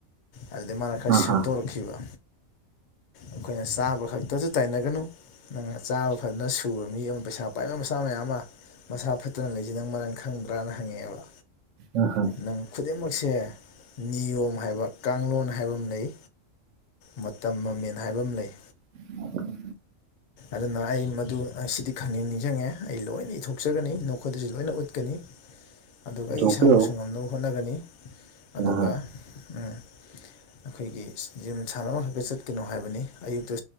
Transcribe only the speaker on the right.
ꯑꯍꯥ
ꯑꯥ ꯍꯥ
<unintelligible>
ꯄꯨꯊꯣꯛꯄꯤꯔꯛꯎ
ꯑꯍꯥ